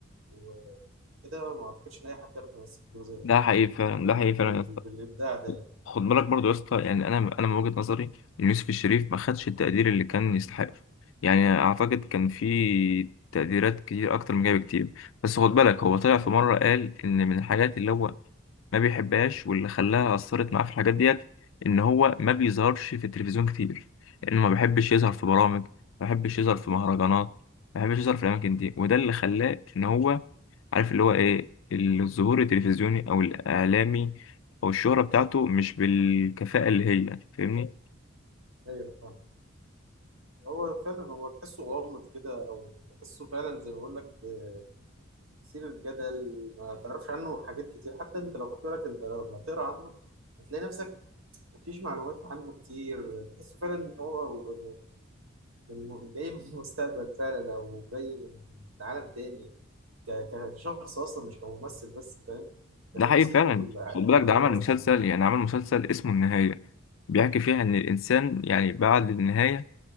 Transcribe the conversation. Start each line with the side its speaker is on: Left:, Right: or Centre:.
Right: وكده ما أعتقدش إن أي حد يعرف يمثل دور زي ده
Left: ده حقيقي فعلا
Right: بال...
Left: ده حقيقي
Right: بال...
Left: فعلا
Right: بالإبداع
Left: يا اسطى.
Right: ده يعني
Left: خد بالك برضه يا اسطى يعني انا انا من وجهة نظري ان يوسف الشريف ما خدش التقدير اللي كان يستحقه يعني اعتقد كان في تقديرات كتير اكتر من كده بكتير بس خد بالك هو طلع في مرة قال ان من الحاجات اللي هو ما بيحبهاش واللي خلاها اثرت معاه في الحاجات ديت ان هو ما بيظهرش في التلفزيون كتير لانه ما بيحبش يظهر في برامج ما بيحبش يظهر في مهرجانات ما بيحبش يظهر في الاماكن دي وده اللي خلاه ان هو عارف اللي هو ايه الظهور التلفزيوني او الاعلامي او الشهرة بتاعته مش بالكفاءة اللي هي فاهمني
Right: أيوه فاهم هو فعلا هو تحسه غامض كده أو تحسه فعلا زي ما بقول لك آه، يثير الجدل ما تعرفش عنه حاجات كتير حتى انت لو خدت بالك انت لما تقرا عنه هتلاقي نفسك مفيش معلومات عنه كتير تحسه فعلا ان هو من من- جاي من المستقبل فعلا او جاي من عالم تاني ك- كشخص اصلا مش كممثل بس فاهم
Left: ده
Right: كشخصيته
Left: حقيقي فعلا
Right: الع-
Left: خد بالك
Right: العادية
Left: ده عمل
Right: اصلا
Left: مسلسل يعني عمل مسلسل اسمه النهاية بيحكي فيها ان الانسان يعني بعد النهاية